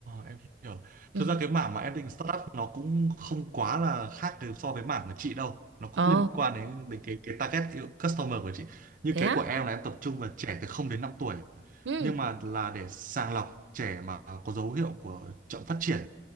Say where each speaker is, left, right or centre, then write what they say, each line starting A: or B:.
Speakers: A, on the right; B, on the right.
A: em hiểu
B: ừ
A: thực ra cái mảng mà em định start up nó cũng không quá là khác từ so với mảng của chị đâu nó cũng
B: ồ
A: liên quan đến đến cái cái target customer của chị như
B: thế
A: cái
B: á
A: của em là em tập trung vào trẻ từ không đến năm tuổi
B: ừ
A: nhưng mà là để sàng lọc trẻ mà có dấu hiệu của chậm phát triển